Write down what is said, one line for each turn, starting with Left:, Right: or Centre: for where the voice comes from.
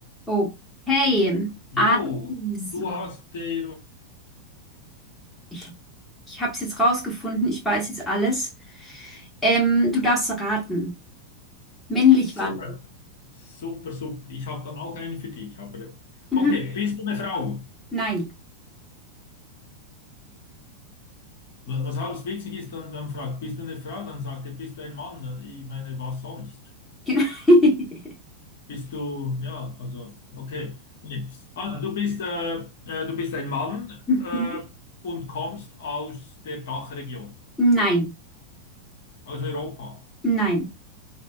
Centre: Okay, also,
Left: Jo, du hast den.
Centre: ich, ich habe es jetzt rausgefunden, ich weiß jetzt alles. Ähm, du darfst raten. Männlich
Left: Super,
Centre: waren. wir.
Left: super, super. Ich habe dann auch einen für dich. Aber
Centre: Mhm.
Left: okay, bist du eine Frau?
Centre: Nein.
Left: Wa- Was alles witzig ist, dann, dann fragt, bist du eine Frau? Dann sagt er, bist du ein Mann? Ich meine, was sonst?
Centre: <laughs>
Left: Bist du, ja, also, okay. Nee. Also, du bist, äh, äh, du bist ein Mann
Centre: Mhm.
Left: äh, und kommst aus der Dachregion,
Centre: Nein,
Left: aus Europa,
Centre: nein,